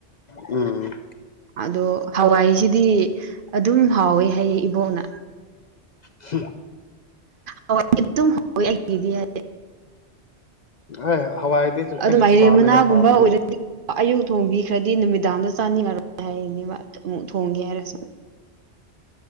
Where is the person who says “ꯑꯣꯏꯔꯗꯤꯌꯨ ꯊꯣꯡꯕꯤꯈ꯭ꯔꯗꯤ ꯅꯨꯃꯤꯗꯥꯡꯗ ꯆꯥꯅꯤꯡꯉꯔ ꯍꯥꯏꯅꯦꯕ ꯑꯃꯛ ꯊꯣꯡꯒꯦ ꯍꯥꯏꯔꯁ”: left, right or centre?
Right